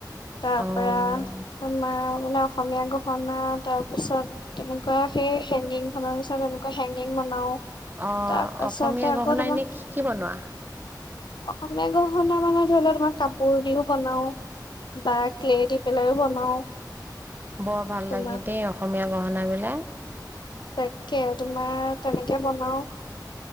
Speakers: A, on the left; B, on the right.
A: তাৰ
B: অ',
A: পৰা, তোমাৰ মানে অসমীয়া গহনা, তাৰ পিছত তেনেকুৱা সেই হেংগিং খনৰ পিছত এনেকুৱা হেংগিং বনাও।
B: অ,
A: তাৰ পাছতে
B: অসমীয়া
A: আকৌ
B: গহনা
A: তোমাৰ
B: এনে কি কি বনোৱা?
A: অসমীয়া গহনা মানে ধৰি লওক তোমাৰ কাপোৰ দিও বনাও, বা ক্লে দি পেলাইও বনাও।
B: বৰ ভাল
A: তোমাৰ
B: লাগে দেই অসমীয়া, গহনা বিলাক।
A: তাকে, তোমাৰ তেনেকে বনাও।